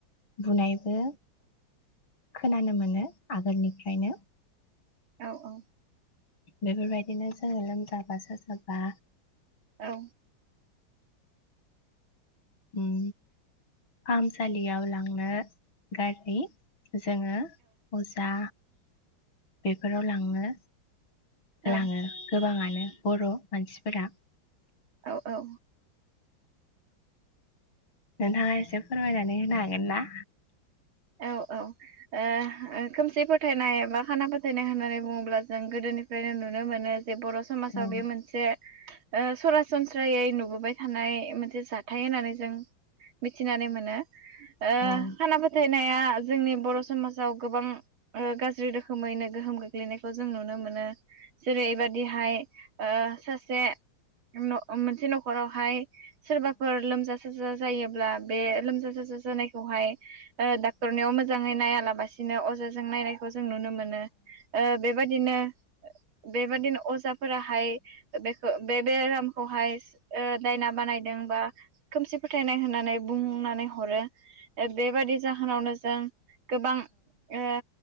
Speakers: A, on the left; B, on the right.
A: बुनाय बो खोनानो मोनो। आगोलनि फ्रायनो
B: औ औ
A: बेफोरबायदिनो जोङो लोमजाबा साजाबा
B: औ
A: उम फाहामसालियाव लांनो गारि जोङो अजा बेफोराव लाङो।
B: औ
A: लाङो गोबाङानो बर' मानसिफोरा।
B: औ औ
A: नोंथाङा एसे फोरमायनानै होनो हागोन ना?
B: औ औ ओ खोमसि फोथायनाय बा खाना फोथायनाय होननानै बुङोब्ला जों गोदोनिफ्रायनो नुनो मोनो जे बर' समाजाव
A: होनो
B: बे मोनसे ओ सरासनस्रायै नुबोबाय थानाय मोन से जाथाय होनानै जों मिथिनानै मोनो। ओ
A: हागोन
B: खाना फो फोथायनाया जोंनि बर' समाजाव गोबां ओ गाज्रि रोखोमैनो गोहोम गोग ग्लैनायखौ जों नुनो मोनो। जेरैबादिहाय ओ सासे <unintelligible> मोनसे नखरावहाय सोरबाफोर लोमजा साजा जायोब्ला बे लोमजा साजा जानायखौहाय ओ डाक्टरनियाव मोजाङै नायालाबसिनो अजाजों नायनायखौ जों नुनो मोनो ओ बेबादिनो बेबायदिनो अजा फोराहाय बेखौ बे बे रामखौहाय ओ दायना बानायदों बा खोमसि फोथायनाय होननानै बुंनानै हरो ओ बेबादि जाहोनावनो जों गोबां ओ